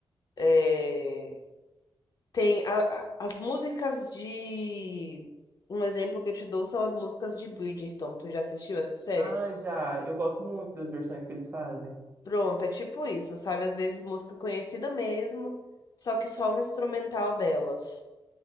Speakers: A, on the left; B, on the right.
A: É, tem a- a- as músicas de, um exemplo que eu te dou são as músicas de Bridgerton. Tu já assistiu essa série?
B: Ah, já. Eu gosto muito das versões que eles fazem.
A: Pronto, é tipo isso, sabe? Às vezes música conhecida mesmo, só que só o instrumental delas.